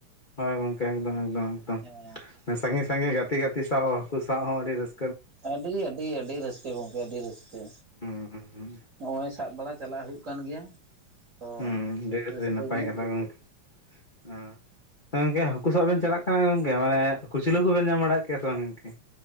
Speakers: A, on the left; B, on the right.
A: ᱦᱳᱭ ᱜᱚᱝᱠᱮ ᱮᱠᱫᱚᱢ ᱮᱠᱫᱚᱢ ᱮᱠᱫᱚᱢ᱾
B: ᱦᱮᱸ
A: ᱥᱟᱺᱜᱮ ᱥᱟᱺᱜᱮ ᱜᱟᱛᱮ ᱜᱟᱛᱮ ᱥᱟᱶ ᱦᱟᱠᱩ ᱥᱟᱵ ᱦᱚᱸ ᱟᱹᱰᱤ ᱨᱟᱹᱥ
B: ᱟᱹᱰᱤ ᱟᱹᱰᱤ ᱟᱹᱰᱤ ᱨᱟᱹᱥ ᱠᱮ ᱜᱚᱝᱠᱮ ᱟᱹᱰᱤ ᱨᱟᱹᱥᱠᱟᱹ᱾
A: ᱦᱩᱸ ᱦᱩᱸ
B: ᱱᱚᱜᱼᱚᱭ ᱥᱟᱵ ᱵᱟᱲᱟ ᱪᱟᱞᱟᱜ ᱦᱩᱭᱩᱜ ᱠᱟᱱ ᱜᱮᱭᱟ᱾ ᱛᱚ
A: ᱦᱩᱸ ᱟᱹᱰᱤ ᱟᱹᱰᱤ
B: ᱨᱟᱹᱥᱠᱟᱹ
A: ᱱᱟᱯᱟᱭ
B: ᱜᱮ
A: ᱠᱟᱛᱷᱟ ᱜᱚᱢᱝᱮ ᱦᱮᱸ᱾ ᱛᱚ ᱜᱚᱝᱠᱮ ᱦᱟᱹᱠᱩ ᱥᱟᱵ ᱵᱮᱱ ᱪᱟᱞᱟᱜ ᱠᱟᱱᱟ ᱜᱚᱝᱠᱮ ᱢᱟᱱᱮ ᱠᱩᱪᱞᱟᱹ ᱠᱚᱵᱮᱱ ᱧᱟᱢ ᱵᱟᱲᱟᱭᱮᱫ ᱠᱚᱭᱟ ᱥᱮ ᱵᱟᱝ ᱜᱚᱝᱠᱮ?